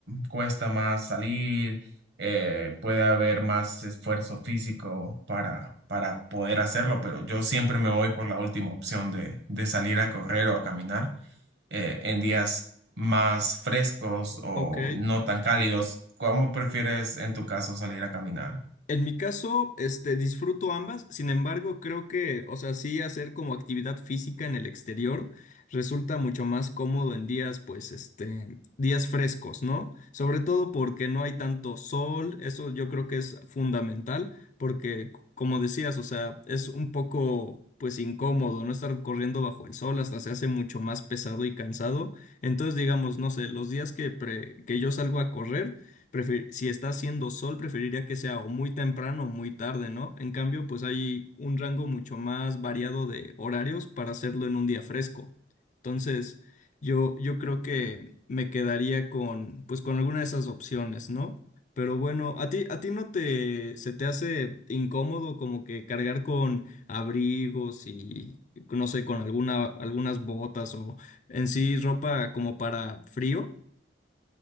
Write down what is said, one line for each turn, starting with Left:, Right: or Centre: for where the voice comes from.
Right: cuesta más salir, eh, puede haber más esfuerzo físico para, para poder hacerlo, pero yo siempre me voy por la última opción de, de salir a correr o a caminar eh, en días más frescos o
Left: ok.
Right: no tan cálidos. ¿Cómo prefieres en tu caso salir a caminar?
Left: En mi caso, este, disfruto ambas, sin embargo, creo que, o sea, sí hacer como actividad física en el exterior resulta mucho más cómodo en días, pues, este, días frescos, ¿no? Sobre todo porque no hay tanto sol, eso yo creo que es fundamental, porque, c- como decías, o sea, es un poco, pues, incómodo, ¿no? Estar corriendo bajo el sol hasta se hace mucho más pesado y cansado. Entonces, digamos, no sé, los días que, pre- que yo salgo a correr, prefe- si está haciendo sol, preferiría que sea o muy temprano o muy tarde, ¿no? En cambio, pues hay un rango mucho más variado de horarios para hacerlo en un día fresco. Entonces, yo, yo creo que me quedaría con, pues, con alguna de esas opciones, ¿no? Pero bueno, ¿a ti, a ti no te, se te hace incómodo como que cargar con abrigos y, no sé, con alguna, algunas botas o en sí ropa como para frío?